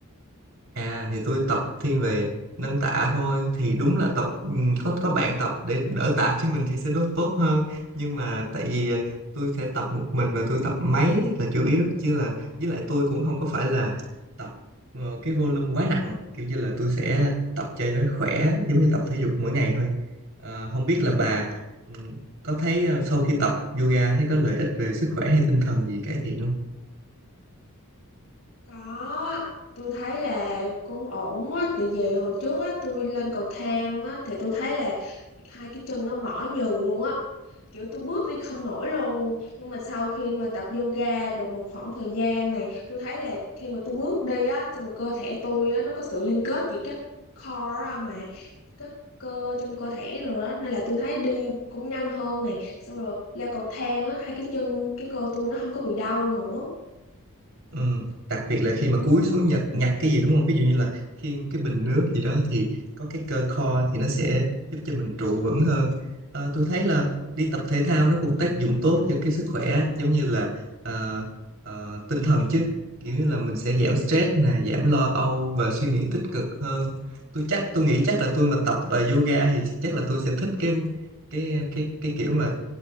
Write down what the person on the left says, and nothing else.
Có, tôi thấy là cũng ổn á, tại vì hồi trước á tôi lên cầu thang á thì tôi thấy là hai cái chân nó mỏi nhừ luôn á, kiểu tôi bước đi không nổi luôn. Nhưng mà sau khi mà tập yoga được một khoảng thời gian này, tôi thấy là khi mà tôi bước đi á, xong rồi cơ thể tôi á nó có sự liên kết với các core á mà các cơ trong cơ thể nữa nên là tôi thấy đi cũng nhanh hơn này. xong rồi leo cầu thang á hai cái chân cái cơ tôi nó không có bị đau nữa.
Ừ.